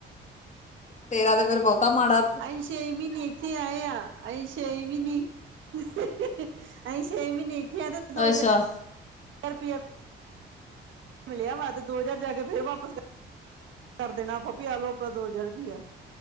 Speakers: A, on the left (about 35°); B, on the right (about 75°).
A: ਤੇਰਾ ਤੇ ਫਿਰ ਬਹੁਤਾ ਮਾੜਾ
B: ਅਸੀਂ ਛੇ ਮਹੀਨੇ ਇੱਥੇ ਆਏ ਆ ਅਸੀਂ ਛੇ ਵੀ ਨਹੀਂ ਅਸੀਂ ਛੇ ਵੀ ਨਹੀਂ ਮਿੱਠੀਆਂ ਤੇ ਦੋ
A: ਅੱਛਾ
B: ਹਜ਼ਾਰ ਫਰ ਪੀ ਐ ਮਿਲਿਆ ਵਾ ਤੇ ਦੋ ਹਜ਼ਾਰ ਜਾ ਕੇ ਫੇਰ ਵਾਪਸ ਕਰ ਦੇਣਾ ਆਪ ਆਲੋ ਆਪਣਾ ਦੋ ਹਜ਼ਾਰ ਰੁਪਇਆ